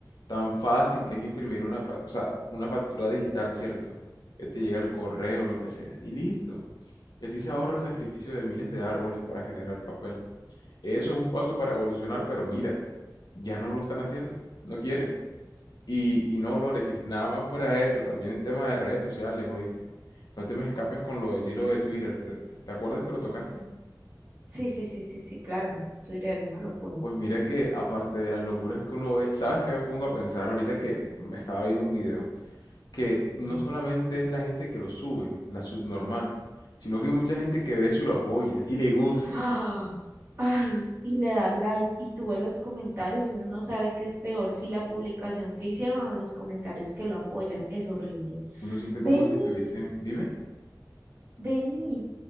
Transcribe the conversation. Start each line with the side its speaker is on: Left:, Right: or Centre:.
Left: Tan fácil que es imprimir una, fa- o sea, una factura digital, ¿cierto? Que te llega el correo, lo que sea, y listo. Y así se ahorra el sacrificio de miles de árboles para generar papel. Eso es un paso para evolucionar, pero mira, ya no lo están haciendo, no quieren. Y, y no, Lores, y nada más fuera de eso, también en tema de redes sociales, ¿oíste? No te me escapes con lo del hilo de Twitter. ¿Te, te- te acuerdas que lo tocaste?
Right: Sí, sí, sí, sí, sí, claro. Twitter, una locura.
Left: Pues mira que aparte de las locuras que uno ve, ¿sabes qué me pongo a pensar ahorita que me estaba viendo un video? Que
Right: Dime.
Left: no solamente es la gente que lo sube, la subnormal, sino que hay mucha gente que ve eso y lo apoya y le gusta.
Right: ¡Ah! Ay, y le da like y tú ves los comentarios y uno no sabe qué es peor, si la publicación que hicieron o los comentarios que lo apoyan. Es horrible.
Left: Uno siente
Right: Vení,
Left: como si estuviesen... Dime.
Right: vení.